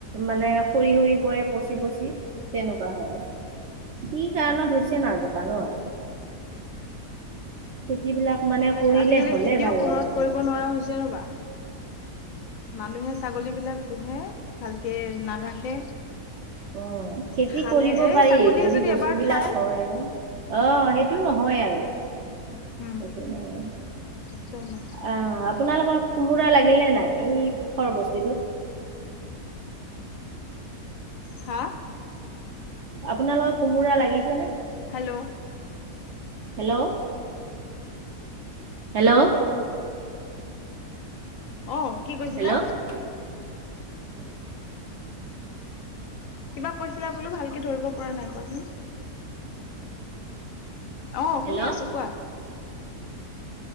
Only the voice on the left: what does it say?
তাকে
আজিকালি
খেতিও
ঘৰত
কৰিব নোৱাৰা হৈছে ৰবা মানুহে ছাগলী বিলাক পোহে ভালকে নাৰাখে।
খালে
এই
ছাগলীয়ে
এবাৰ
খায়
উম
একদম নহয়।
হা?
হেল্ল'
অ' কি কৈছিলা?
কিবা কৈছিলা বোলো ভালকে ধৰিব পৰা নাই কোৱাচোন। অ',
শুনি আছোঁ কোৱা।